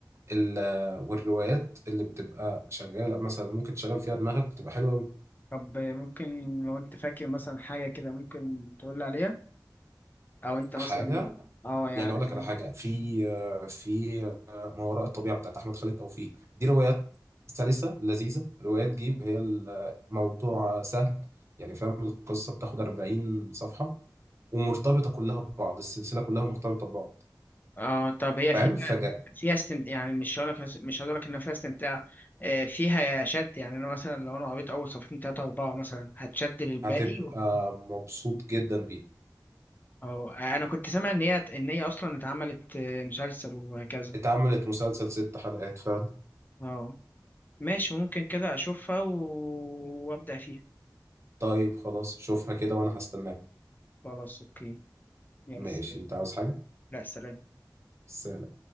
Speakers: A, on the right; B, on the left.
A: ال- والروايات اللي بتبقى شغاله مثلا ممكن تشغل فيها دماغك بتبقى حلوه قوي
B: طب ممكن لو انت فاكر مثلا حاجه كده ممكن تقول لي عليها او انت مثلا
A: حاجه
B: اه يعني
A: يعني اقول لك
B: حاجه
A: على حاجه في آه، في آه، ما وراء الطبيعه بتاعت احمد خالد توفيق دي روايات سلسه لذيذه روايات جيب هي الموضوع سهل يعني فاهم القصه بتاخد 40 صفحه ومرتبطه كلها ببعض السلسله كلها مرتبطه ببعض
B: اه طب هي
A: فاهم
B: فيها
A: فجأة
B: فيها استمتاع يعني مش هقول لك مش هقول لك ان فيها استمتاع آه، فيها شد يعني انا مثلا لو انا قريت اول صفحتين ثلاثه اربعه مثلا هتشد للباقي
A: هتبقى مبسوط جدا بيها
B: اه انا كنت سامع ان هي ان هي اصلا اتعملت آه، مسلسل وهكذا
A: اتعملت مسلسل ست حلقات فعلا
B: اه ماشي ممكن كده اشوفها و... وابدا فيها
A: طيب خلاص شوفها كده وانا هستناك
B: خلاص اوكي يلا
A: ماشي
B: سلام.
A: انت عاوز حاجة
B: لا سلام
A: بس